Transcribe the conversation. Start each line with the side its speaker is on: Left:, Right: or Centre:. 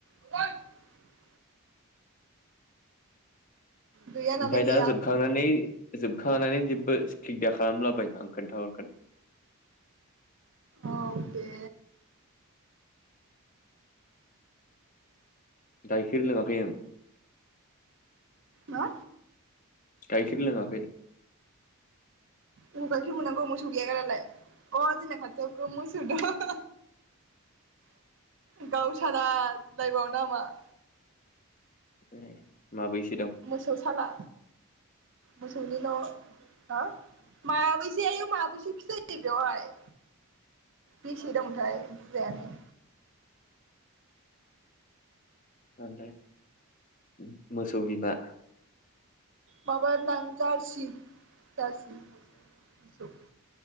Right: <unintelligible> गैया
Left: ओमफ्राय
Right: नालाय गैया
Left: दा जोबखांनानै जोबखांनानै जेबो स्किब दा खालामलाबाय आं खोन्थाहरगोन
Right: औ दे
Left: गायखिर लोङाखै आं
Right: मा
Left: गाइखेर लोङाखै
Right: म गाइखेर मोन्नांगौ मोसौ गैयाागारालाय अ जोंना खाथियाव गो मोसौ दं। गावसाला <unintelligible> <unintelligible>
Left: ए माबैसे दं
Right: मोसौसाला मोसौ नि न आ मा माया बेस <unintelligible> बेवहाय बेसे दंथाय बुजायानो।
Left: ओमफ्राय ओम मोसौ बिमा
Right: माबा होनदो आं जारसि। जारसि मोसौ।